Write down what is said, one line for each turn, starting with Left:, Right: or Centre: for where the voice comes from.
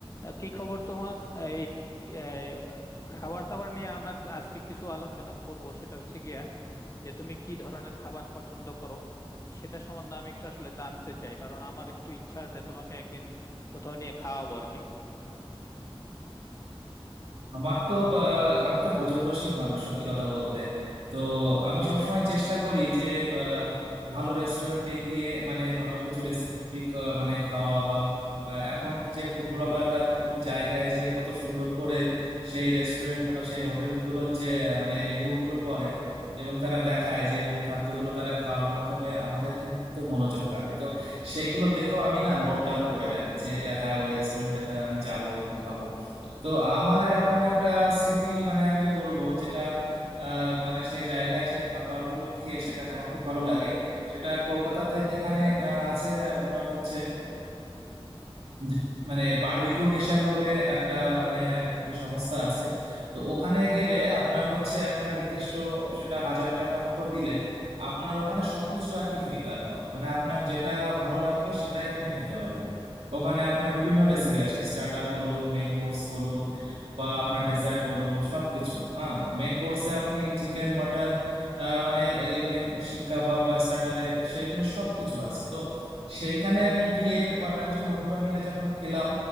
Left: আহ, কি খবর তোমার এই আহ, খাবার দাবার নিয়ে আমরা আজকে কিছু আলোচনা করব সেটা হয়েছে গিয়া যে তুমি কি ধরনের খাবার পছন্দ করো সেটা সম্বন্ধে আমি একটু আসলে জানতে চাই কারণ আমার একটু ইচ্ছা আছে তোমাকে একদিন কোথাও নিয়ে খাওয়াবো আর কি
Right: আমার তো বা, আমি তো ভোজন রসিক মানুষ সত্যি কথা বলতে তো আমি সবসময় চেষ্টা করি যে বা, ভালো রেস্টুরেন্টে গিয়ে মানে ভালো কিছু রেসিপি মানে খাওয়া বা বা এখন যে ফুড ব্লগাররা বিভিন্ন জায়গায় যে কত সুন্দর করে সেই রেস্টুরেন্ট বা সেই হোটেল গুলোর যে মানে রিভিউ গুলো করে এবং তারা দেখায় যে এবং খাদ্যগুলো তারা খাওয়ার মাধ্যমে আমাদের কিন্তু মনোযোগ কাড়ে তো সেইগুলো দেখেও আমি না নোট ডাউন করে রাখি যে আহ, হ্যাঁ ওই রেস্টুরেন্টটাতে আমি যাব এবং খাবো তো আমার এরকম একটা স্মৃতি মানে আমি বলবো যেটা আহ, মানে সেই জায়গায় সেই খাবারগুলো খেয়ে সেখানে আমার খুব ভালো লাগে সেটা কলকাতাতে এখানে আহ, আছে আপনার হচ্ছে যে- মানে বারবিকিউ নেশন বলে একটা মানে আর কি সংস্থা আছে তো ওখানে গেলে আপনার হচ্ছে একটা নির্দিষ্ট সেটা হাজার টাকা মতো দিলে আপনার ওখানে সবকিছু আর কি ফ্রি তারপর মানে আপনার যেটা ভালো লাগবে সেটাই আপনি খেতে পারবেন ওখানে আপনার বিভিন্ন রেসিপি আছে স্টার্টার বলুন মেন কোর্স বলুন বা আপনার ডেজার্ট বলুন সবকিছু হ্যাঁ মেন কোর্সে আপনি চিকেন মটন মানে ইভেন শিক কাবাব বা স্টার্টারে সেগুলো সবকিছু আছে তো সেইখানে আমি গিয়ে কয়েকজন বন্ধুরা মিলে যখন খেলাম